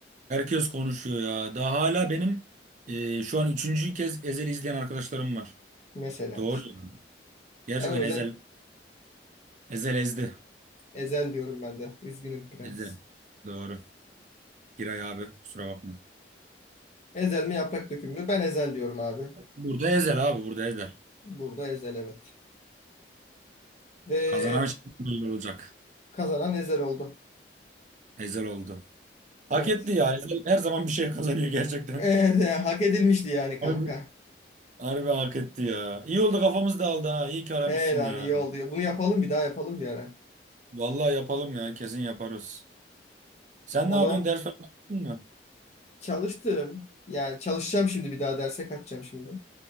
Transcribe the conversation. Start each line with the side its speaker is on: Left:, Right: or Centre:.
Right: Herkes konuşuyor ya. Daha hala benim e, şu an üçüncü kez Ezel'i izleyen arkadaşlarım var.
Left: Mesela
Right: Doğru.
Left: işte.
Right: ya. Gerçekten
Left: Ben o yüzden
Right: Ezel, Ezel ezdi.
Left: Ezel diyorum ben de. Üzgünüm prens.
Right: Ezel. Doğru. Giray abi kusura bakma.
Left: Ezel mi yaprak döküm mü? Ben Ezel diyorum abi.
Right: Burada Ezel abi burada Ezel.
Left: Burada Ezel evet. Ve
Right: Kazanan şimdi olacak.
Left: kazanan Ezel oldu.
Right: Ezel oldu. Hak
Left: Evet.
Right: etti
Left: <laughs>
Right: ya. Ezel her zaman bir şey kazanıyor gerçekten.
Left: Evet, ya, hak edilmişti yani kanka.
Right: Harbi, harbi hak etti ya. İyi oldu kafamız dağıldı ha. İyi ki aramışsın
Left: He lan
Right: ya.
Left: iyi oldu. Bunu yapalım bir daha yapalım bir ara.
Right: Vallahi yapalım ya kesin yaparız. Sen
Left: O
Right: ne yapıyorsun
Left: zaman
Right: ders falan yaptın mı?
Left: çalıştım. Yani çalışacağım şimdi bir daha derse kaçacağım şimdi.